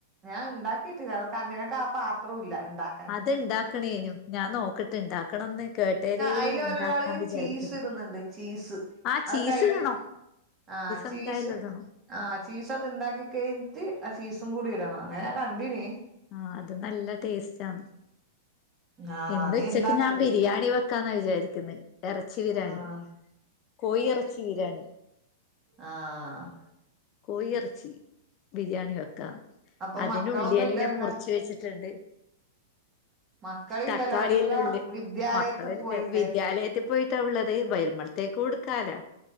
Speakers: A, on the right (about 25°); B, on the left (about 40°).
A: ഞാൻ ണ്ടാക്കിയിട്ടില്ല അത് കണ്ട്ന് ക്ക ആ പാത്രം ഇല്ല ഇണ്ടാ-
B: അത് ഇണ്ടാക്കണേനു ഞാൻ നോക്കട്ട് ഇണ്ടാക്കണംന്ന് കേട്ടേരെ
A: അയ്ല് ഒരാള്
B: ഇണ്ടാക്കാൻ വിചാരിക്കുന്നു
A: ചീസ് ഇടുന്നുണ്ട് ചീസ്
B: ആഹ്
A: അതൊക്കെ
B: ചീസ്
A: അയിന്
B: ഇടണം
A: ആഹ് ചീസ്
B: എന്തായാലും ഇടണം
A: ആഹ് ചീസ് അത് ണ്ടാക്കി കഴിഞ്ഞിട്ട് ആ ചീസും കൂടി ഇടണം അങ്ങനെ കണ്ടീന്
B: ആഹ് അത് നല്ല ടേസ്റ്റ് ആണ്
A: ആഹ്
B: ഇന്ന്
A: നീ
B: ഉച്ചക്ക്
A: ഇണ്ടാക്ക്
B: ഞാൻ ബിരിയാണി വെക്കാന്നാ വിചാരിക്ന്ന് എറച്ചി ബിരിയാണി
A: ആഹ്
B: കോയി എറച്ചി ബിരിയാണി
A: ആഹ്
B: കോയി എറച്ചി ബിരിയാണി വെക്കാം
A: അപ്പൊ
B: അതിനുള്ളിയെല്ലാം
A: മക്കളൊന്നും ഇല്ലല്ല
B: മുറിച്ച് വെച്ചിട്ടുണ്ട്.
A: മക്കളില്ലല്ലോ
B: തക്കാളിയെല്ലാം
A: അവരെല്ലാം
B: ഉള്ള്
A: വിദ്യാലയത്ത്
B: മക്കളല്ലേ
A: പോയില്ലേ
B: വിദ്യാലയത്തിൽ പോയി ട്ടാ ഉള്ളത് വരുമ്പൽത്തേക്ക് കൊടുക്കാല്ല